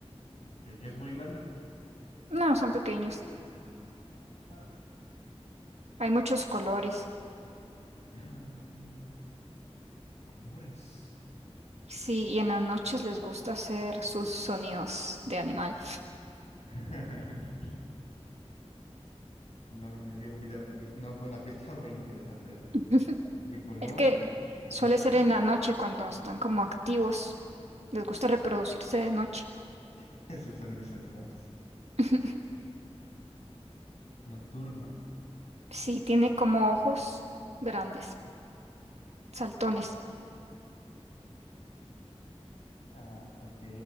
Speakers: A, on the left (about 90°); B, on the right (about 80°).
A: Ok, ¿Es muy grande?
B: No, son pequeños.
A: Ah.
B: Hay muchos colores.
A: Mm. Colores.
B: Sí, y en las noches les gusta hacer sus sonidos de animal.
A: <laughs> No me dio vida, no fue una pista muy interesante esa.
B: <laughs>
A: De colores,
B: Es que
A: sonido,
B: suele ser en la noche cuando están como activos. Les gusta reproducirse de noche.
A: <laughs> esos sonidos animales.
B: <laughs>
A: Nocturno.
B: Sí, tiene como ojos grandes, saltones,
A: Ah, ok,